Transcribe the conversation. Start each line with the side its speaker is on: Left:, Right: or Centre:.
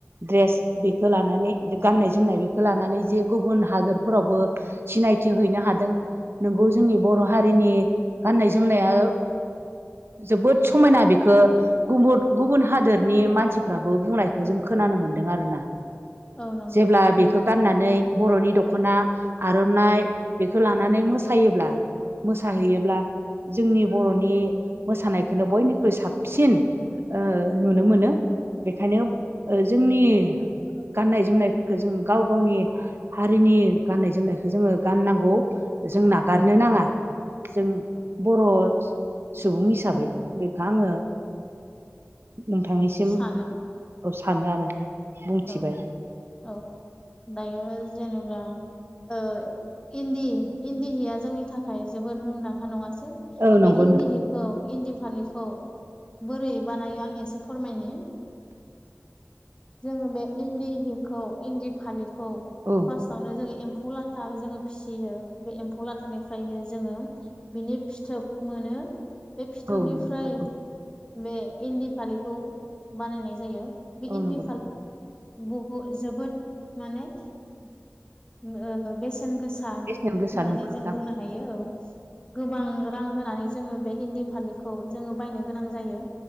Right: ड्रेस बेखौ लानानै गाननाय जोमनाय बेखौ लानानै जे गुबुन हादोरफोरावबो सिनायथि हैनो हादों नोंगौ जोंनि बर' हारिनि गाननाय जोमनाया जोबोद समायना बेखौ गुबु गुबुन हादोरनि मानसिफ्राबो बुंनायखौ जों खोनानो मोनदों आरोना
Left: औ नंगौ
Right: जेब्ला बेखौ गाननानै बर'नि दख'ना आर'नाइ बेखौ लानानै मोसायोब्ला मोसाहैयोब्ला जोंनि बर'नि मोसानायखौनो बयनिख्रुइ साबसिन ओ नुनो मोनो बेखायनो जोंनि गाननाय जोमनाय फोरखौ जों गाव गावनि हारिनि गाननाय जोमनायखौ जोङो गाननांगौ जों नागारनो नाङा जों बर' सुबुं हिसाबै बेखौ आङो नोंथांनिसिम
Left: सानो
Right: औ सानो आरो बुंथिबाय
Left: औ औ दायो जेनेबा ओ इन्दि इन्दि जिया जोंनि थाखाय जोबोद मुंदांखा नङासै
Right: औ नंगौ
Left: बे इन्दिहिखौ
Right: नोंथां
Left: इन्दि फालिखौ बोरै बानायो आं एसे फोरमायनि जोङो बे इन्दि हिखौ, इन्दि फालिखौ
Right: औ
Left: फार्स्टावनो जोङो एम्फौ लाथाबो जोङो फिसियो, बे एम्फौ लाथानिफ्रायनो जोङो बिनि फिथोब मोनो। बे फिथोबनिफ्राय
Right: औ नंगौ नोंथां औ
Left: बे इन्दि फालि खौ बानायनाय जायो। बे
Right: औ
Left: इन्दि
Right: नंगौ नोंथां
Left: बुहु जोबोद माने ओ बे बेसेन गोसा
Right: बेसेन गोसा
Left: होननानै
Right: नंगौ नोंथां
Left: जों बुंनो हायो औ। गोबां रां होनानै जोङो बे इन्दि फालिखौ जोङो बायनो गोनां जायो।